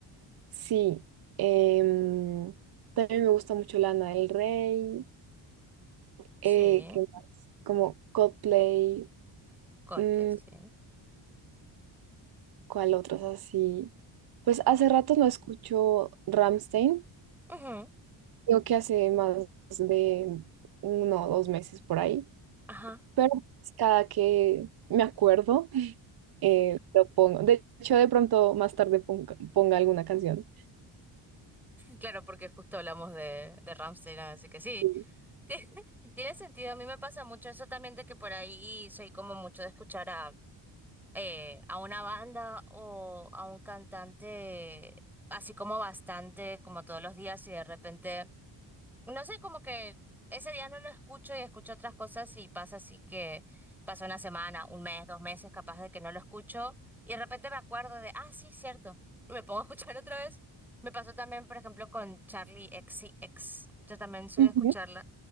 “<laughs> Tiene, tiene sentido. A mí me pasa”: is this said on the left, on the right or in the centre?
Centre